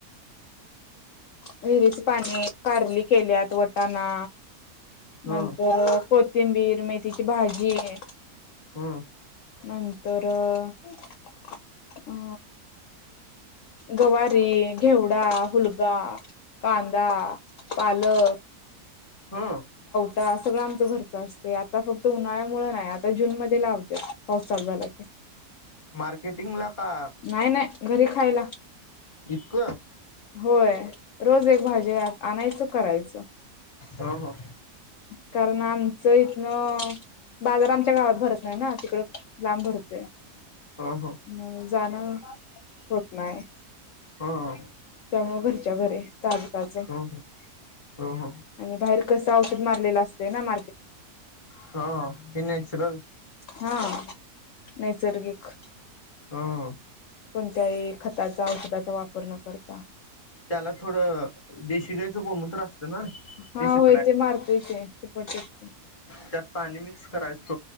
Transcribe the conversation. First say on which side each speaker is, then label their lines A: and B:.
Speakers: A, on the left; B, on the left.
A: व्हिरीच पाणी कारली केल्यात. वटाणा
B: ह
A: नंतर कोथिंबीर मेथीची भाजी आहे
B: हम
A: नंतर अ गवारी घेवडा हलगा कांदा पालक
B: हा
A: हा सगळं आमच घरच असतय आता फक्त उन्हाळ्यामुळे नाही आता जून मध्ये लावत्यात. पा सल झालाक
B: मार्केटिंग ला का
A: नाही नाही घरी खायला
B: इतकं
A: होय. रोज एक भाजी आणायचं करायचं
B: ह
A: कारण आमचं इ न बाजार आमच्या गावात भर नाही ना तिकड लांब भरतोय
B: ह ह
A: ह होत नाही
B: ह ह
A: त्यामुळे घरच्या घर ताजकाच
B: ह हो हो
A: आणि बाहेर कसं औषध मारलेला असते ना म
B: हा इ नॅचुरल
A: हा नैसर्गिक
B: हम
A: कोणत्याही खताचा औषधाचा वापर न करत
B: त्याला थोडं देशशी गायचं कोणमणंत्र अस ना
A: हा
B: ती शिपडाय
A: होय ते मारतोय ते शिपट
B: त्यात पाणी मी कराचं